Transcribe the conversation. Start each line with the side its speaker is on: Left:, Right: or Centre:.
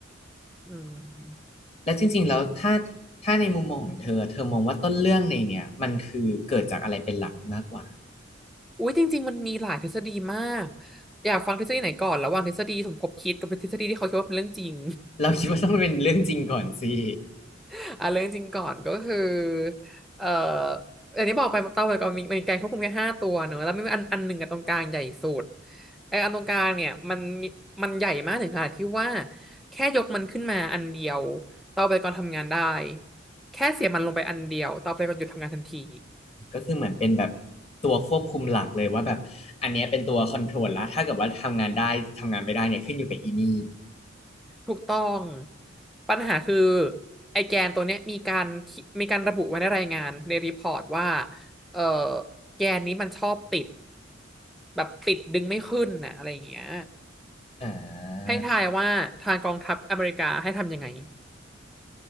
Centre: อืม
Left: แล้วจริงๆแล้วถ้าถ้าในมุมมองของเธอเธอมองว่าต้นเรื่องในเนี่ยมันคือเกิดจากอะไรเป็นหลักมากกว่า
Centre: อุ้ยจริงๆมันมีหลายทฤษฎีมากอยากฟังทฤษฎีไหนก่อนระหว่างทฤษฎีสมคบคิดกับทฤษฎีที่เขาคิดว่าเป็นเรื่องจริง
Left: เราคิดว่าต้องเป็นเรื่องจริงก่อนสิ <laughs>
Centre: <laughs> อ่ะเรื่องจริงก่อนก็คือเอ่ออันนี้บอกไปเต้าไปก่อนมีมีแกนควบคุมแค่ห้าตัวเนอะแล้วมีอันอันหนึ่งกับตรงกลางใหญ่สุดไอ้อันตรงกลางเนี่ยมันมีมันใหญ่มากถึงขนาดที่ว่าแค่ยกมันขึ้นมาอันเดียวเต้าไปก่อนทำงานได้แค่เสียบมันลงไปอันเดียวเต้าไปก่อนหยุดทำงานทันที
Left: ก็คือเหมือนเป็นแบบตัวควบคุมหลักเลยว่าแบบอันเนี้ยเป็นตัวคอนโทรลละถ้าเกิดว่าทำงานได้ทำงานไม่ได้เนี่ยขึ้นอยู่กับอีนี่
Centre: ถูกต้องปัญหาคือไอแกนตัวเนี้ยมีการมีการระบุไว้ในรายงานในรีพอร์ตว่าเออแกนนี้มันชอบติดแบบติดดึงไม่ขึ้นน่ะอะไรอย่างเงี้ย
Left: อ่
Centre: ให้ทายว่าทางกองทัพอเมริกาให้ทำยังไง
Left: า